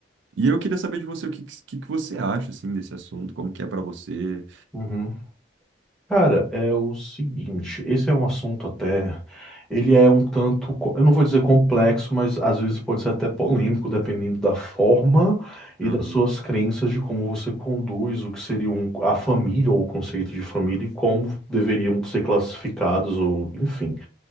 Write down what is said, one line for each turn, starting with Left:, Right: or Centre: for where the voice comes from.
Right: e eu queria saber de você o que, que, que você acha assim, desse assunto, como que é para você.
Centre: uhum. Cara, é o seguinte, esse é um assunto até, ele é um tanto, co- eu não vou dizer complexo, mas às vezes pode ser até polêmico, dependendo da forma e
Right: Aham,
Centre: das suas crenças de como você conduz o que seria um- a família ou o conceito de família e como deveriam ser classificados ou enfim.